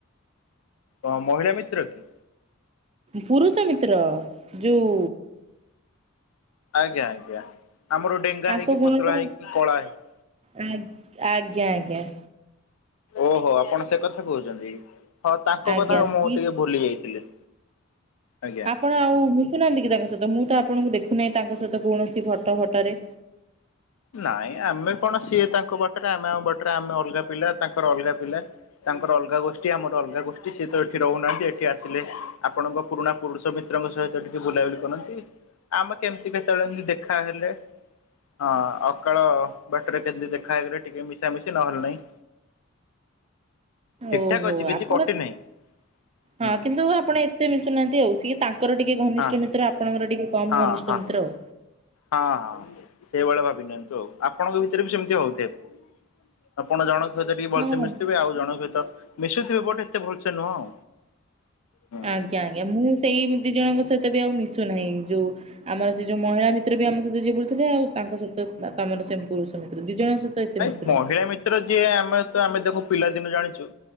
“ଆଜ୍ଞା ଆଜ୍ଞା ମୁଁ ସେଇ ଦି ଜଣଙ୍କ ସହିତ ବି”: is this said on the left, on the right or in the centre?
Right